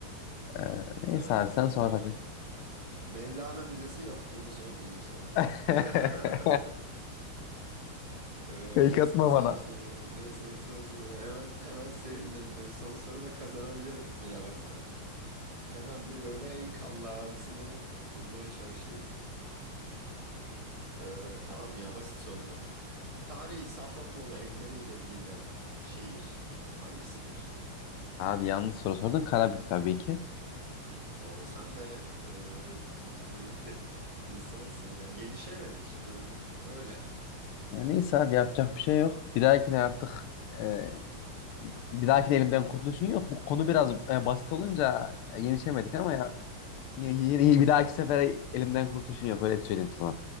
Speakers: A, on the left; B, on the right.
A: Ee, neyse
B: Ee,
A: abi sen sor hadi.
B: Mevlana Müzesi yok. Bunu sormayayım sana.
A: <laughs>
B: <laughs> Ee,
A: Fake
B: ne
A: atma
B: sorsam
A: bana.
B: sana, ne sorsam sana. Hemen hemen sevindin dur. Son soruda kazanabilirim bilemezsen. Hemen bir böyle en kalla abisini bulmaya çalışayım. Ee, tamam ya basit soracağım. Tarihi Safranbolu evleriyle bilinen şehir hangisidir?
A: Abi yanlış soru sordun. Karabük tabii ki.
B: O sen de e, kültürlü bir <laughs> insansın. Ya yenişemedik durum öyle.
A: Ya neyse abi yapacak bir şey yok. Bir dahakine artık e, bir dahakine elimden kurtuluşun yok. Bu konu biraz e, basit olunca e, yenişemedik ama ya, yine, yine- bir dahaki sefere elimden kurtuluşun yok. Öyle söyleyeyim sana.